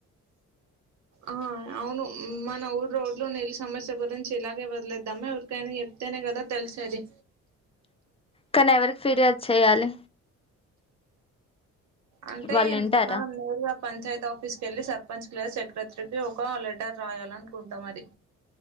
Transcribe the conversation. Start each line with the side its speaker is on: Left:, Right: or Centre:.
Right: ఆ అవును మన ఊరు రోడ్లో నీళ్ళ సమస్య గురించి ఇలాగే వదిలేద్దమ్మా ఎవరికైనా చెప్తేనే కదా తెలిసేది
Left: కానీ ఎవరికి ఫిర్యాదు చేయాలి
Right: అంటే
Left: వాళ్ళు వింటారా
Right: మనం నేరుగా పంచాయతీ ఆఫీస్క వెళ్ళలి సర్పంచ్ క సెక్రటరీకి ఒక లెటర్ రాయాలనుకుంటాం అది